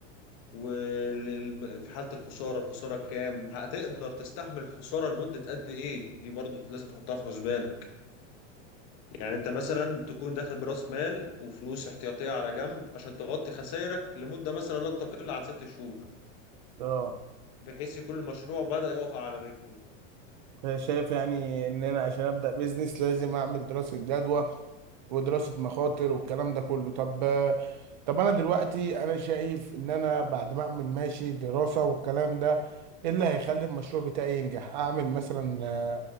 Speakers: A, on the left (about 35°); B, on the right (about 40°).
A: وفي حالة الخسارة الخسارة كام هتقدر تستحمل الخسارة لمدة قد إيه دي برضو لازم تحطها في حسبانك يعني أنت مثلا تكون داخل برأس مال وفلوس احتياطية على جنب عشان تغطي خسائرك لمدة مثلا لا تقل عن ست شهور
B: امم
A: بحيث يكون المشروع بدأ يقف على رجله
B: شايف يعني ان انا عشان ابدا بيزنس لازم اعمل دراسه جدوى ودراسه مخاطر والكلام ده كله طب طب انا دلوقتي انا شايف ان انا بعد ما اعمل ماشي دراسه والكلام ده ايه اللي هيخلي المشروع بتاعي ينجح اعمل مثلا آه،